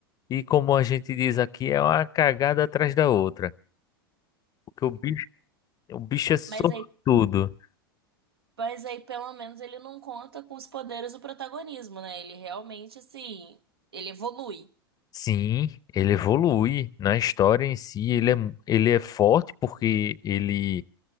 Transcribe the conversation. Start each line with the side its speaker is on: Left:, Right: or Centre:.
Left: e como a gente diz aqui, é uma cagada atrás da outra. Porque o bicho, o bicho é sortudo.
Right: Mas aí, mas aí, pelo menos, ele não conta com os poderes do protagonismo, né? Ele realmente, assim, ele evolui.
Left: Sim, ele evolui na história em si, ele é, mu- ele é forte porque ele